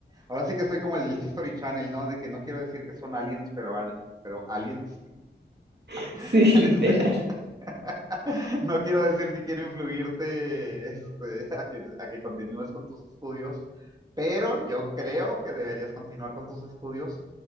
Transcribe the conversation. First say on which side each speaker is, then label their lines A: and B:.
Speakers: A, on the right; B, on the right.
A: Ahora sí que estoy como el del History Channel, ¿no? De que no quiero decir que son aliens, pero, an- pero aliens
B: <laughs>
A: <laughs>
B: sí,
A: en
B: literal.
A: este, <laughs> No quiero decir que quiero influirte este, <laughs> a que, a que continúes con tus estudios, pero yo creo que deberías continuar con tus estudios,